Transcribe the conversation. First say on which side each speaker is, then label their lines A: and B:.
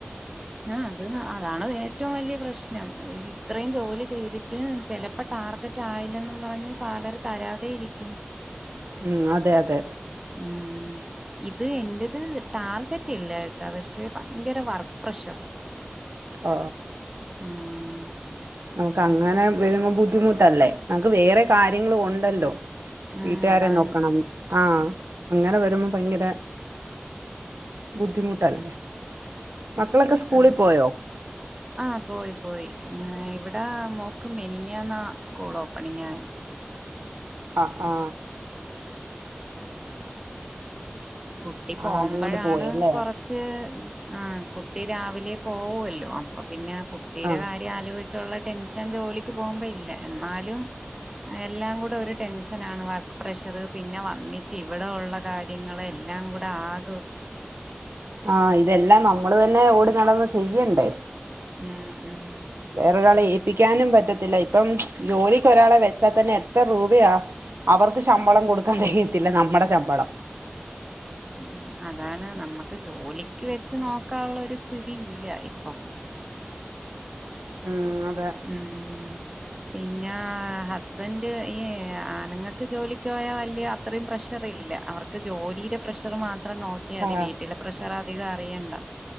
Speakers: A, on the right; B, on the right.
A: ആ അത് അതാണ് ഏറ്റവും വലിയ പ്രശ്നം ഇത്രയും ജോലി ചെയ്തിട്ട് ചെലപ്പോ ടാർഗറ്റ് ആയില്ലെന്നും പറഞ് സാലറി തരാതെ ഇരിക്കും
B: ഉം അതെ അതെ
A: ഉം ഇത് എന്റത് ടാർഗറ്റ് ഇല്ല ട്ടാ പക്ഷെ ഭയങ്കര വർക്ക് പ്രഷർ
B: ആ
A: ഉം
B: നമുക്ക് അങ്ങനെ വരുമ്പോ ബുദ്ധിമുട്ടല്ലേ നമുക്ക് വേറെ കാര്യങ്ങളും ഉണ്ടല്ലോ
A: ഉം
B: വീട്ടുകാരെ
A: അതാണ്
B: നോക്കണം ആ അങ്ങനെ വരുമ്പോ ഭയങ്കര ബുദ്ധിമുട്ടല്ലേ മക്കളൊക്കെ സ്കൂളിൽ
A: അത്
B: പോയോ
A: ആ പോയി പോയി ഇവിടെ മോക്കും മെനിഞാന്നാ സ്കൂൾ ഓപ്പണിംങ്ങായ
B: അ ആ
A: കുട്ടി
B: ആഹ്
A: പോമ്പോഴാണ്
B: അതുകൊണ്ട് പോയല്ലേ
A: കൊറച്ച് ആ കുട്ടി രാവിലെ പോവൊല്ലോ അപ്പൊ പിന്നെ കുട്ടിയുടെ
B: ആഹ്
A: കാര്യം ആലോചി കുറിച്ചുള്ള ടെൻഷൻ ജോലിക്ക് പോകുമ്പോ ഇല്ല എന്നാലും എല്ലാം കൂടെ ഒരു ടെൻഷനാണ് വർക്ക് പ്രഷറ് പിന്നെ വന്നിട്ട് ഇവിടെ ഉള്ള കാര്യങ്ങളെല്ലാം എല്ലാം കൂടെ ആ
B: ആ ഇതെല്ലാം നമ്മള് തന്നെ ഓടി നടന്ന് ചെയ്യണ്ടേ
A: ഉം ഉം
B: വേറൊരാളെ ഏപ്പിക്കാനും പറ്റത്തില്ല, ഇപ്പം ജോലിക്ക് ഒരാളെ വെച്ചാ തന്നെ എത്ര രൂപയാ അവർക്ക് ശമ്പളം കൊടുക്കാൻ തെകയത്തില്ല, നമ്മടെ ശമ്പളം
A: ഉം അതാണ് നമ്മക്ക് ജോലിക്ക് വെച്ച് നോക്കാള്ള ഒരു സ്ഥിതി ഇല്ല ഇപ്പം
B: ഉം അതെ
A: ഉം പിന്നെ ഹസ്ബൻഡ് ഈ ആണുങ്ങക്ക് ജോലിക്ക് പോയാൽ വല്യ അത്രയും പ്രഷർ ഇല്ല, അവർക്ക് ജോലിലെ പ്രഷർ മാത്രം നോക്കിയാതി,
B: ആഹ്
A: വീട്ടിലെ പ്രഷർ അധികം അറിയണ്ട